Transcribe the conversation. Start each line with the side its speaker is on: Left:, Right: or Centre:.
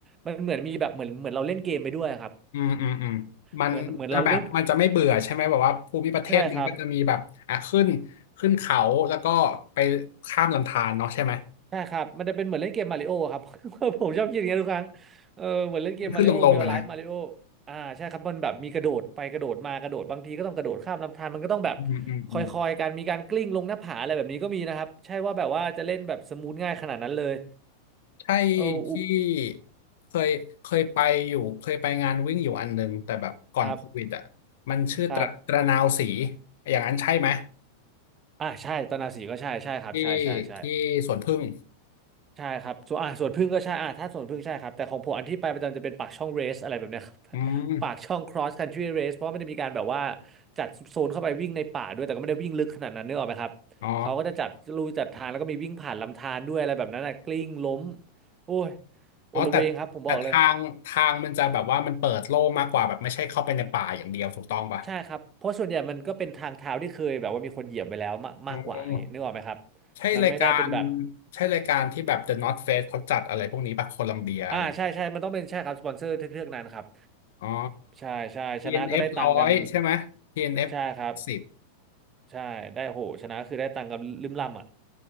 Right: มันเหมือนมีแบบเหมือนเหมือนเราเล่นเกมไปด้วยครับ
Left: อืมอืมอืมมันจะแบบมันจะไม่เบื่อใช่ไหมแบบว่าภูมิประเทศมันก็จะมีแบบอ่ะขึ้น
Right: เหมือนเหมือนเราเล่นใช่ครับ
Left: ขึ้นเขาแล้วก็ไปข้ามลำธารเนาะใช่ไหม
Right: ใช่ครับมันจะเป็นเหมือนเล่นเกมมาริโอครับ <laughs> ผมชอบคิดอย่างนี้ยทุกครั้งเออเหมือนเล่นเกมมาริโอเรียลไลฟ์มาริโอ
Left: ขึ้นลงลงอะนะ
Right: อ่าใช่ครับมันแบบมีกระโดดไปกระโดดมากระโดดบางทีก็ต้องกระโดดข้ามลำธารมันก็ต้องแบบ
Left: อืมอืมอืม
Right: คอยๆกันมีการกลิ้งลงหน้าผาอะไรแบบนี้ก็มีนะครับใช่ว่าแบบว่าจะเล่นแบบสมูทง่ายขนาดนั้นเลย
Left: ใช่
Right: เอออุบ
Left: ที่เคยเคยไปอยู่เคยไปงานวิ่งอยู่อันหนึ่งแต่แบบก่อนโควิดอ่ะมันชื่อตระตระนาวสี
Right: ครับครับ
Left: อย่างนั้นใช่ไหม
Right: อ่าใช่ตอนนาสีก็ใช่ใช่ครับใช่ใช่ใช่
Left: ที่ที่สวนผึ้ง
Right: ใช่ครับส่วนอ่าส่วนพึ่งก็ใช่อ่าถ้าส่วนพึ่งใช่ครับแต่ของผมอันที่ไปประจำจะเป็นปากช่องเรสอะไรแบบเนี้ย <laughs> ครับ
Left: อืม
Right: <laughs> ปากช่อง cross country race เพราะว่าไม่ได้มีการแบบว่าจัดโซนเข้าไปวิ่งในป่าด้วยแต่ก็ไม่ได้วิ่งลึกขนาดนั้นนึกออกไหมครับเขาก็จะจัดลู่จัดทางแล้วก็มีวิ่งผ่านลำธารด้วยอะไรแบบนั้นนะกลิ้งล้ม
Left: อ๋อ
Right: โอ้ย
Left: อ๋อแต่แต่ทางทางมันจะแบบว่ามันเปิดโล่งมากกว่าแบบไม่ใช่เข้าไปในป่าอย่างเดียวถูกต้องป่ะ
Right: อลเวงครับผมบอกเลยใช่ครับเพราะส่วนใหญ่มันก็เป็นทางเท้าที่เคยแบบว่ามีคนเหยียบไปแล้วมากมากกว่าอย่างนี้นึกออกไหมครับ
Left: อ๋อใช่รายการ
Right: มันไม่ได้เป็นแบบ
Left: ใช่รายการที่แบบ The North Face เขาจัดอะไรพวกนี้ป่ะโคลัมเบียอะไร
Right: อ่าใช่ใช่มันต้องเป็นใช่ครับสปอนเซอร์เทือกๆนั้นครับ
Left: อ๋อ
Right: ใช่ใช่ชนะก็ได้ตังค์กัน
Left: TNF ร้อยใช่ไหม TNF
Right: ใช่ครับ
Left: สิบ
Right: ใช่ได้โหชนะคือได้ตังค์กันลืมล่ำอ่ะ